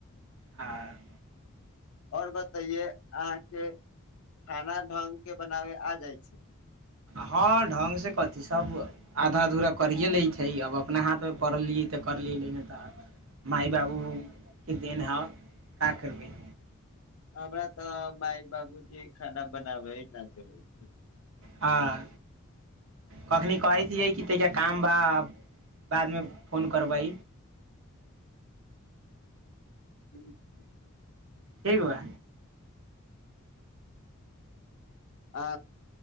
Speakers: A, on the right (about 65°); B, on the left (about 80°).
A: हँ
B: आओर बताइए अहाँ के खाना ढंगग के बनावे आ जाय छै <inaudible>
A: हँ ढङ्गसँ कथि सभ आधाधूरा करिए लैत छै आब अपना हाथमे पड़लियै तऽ करलियै नहि तऽ माय बाबूके देन हँ का करबै
B: हम हमरा त बाय बाबू जे खाना बनाबै ल ज होै छै
A: हँ कखनी कइ कि तैा काम बा बादमे फोन करबै
B: ह्म ह ह
A: ठीक बा
B: आ